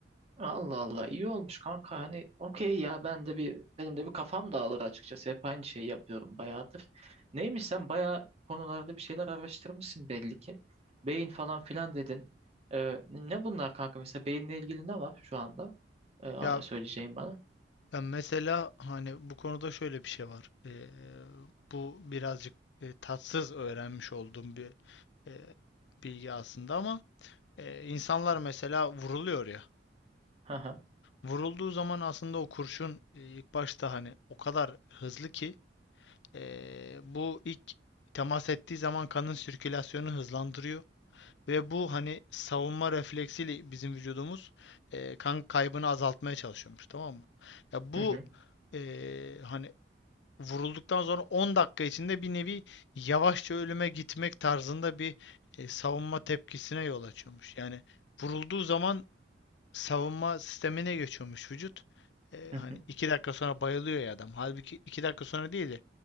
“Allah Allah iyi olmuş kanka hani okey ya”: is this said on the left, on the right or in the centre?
Right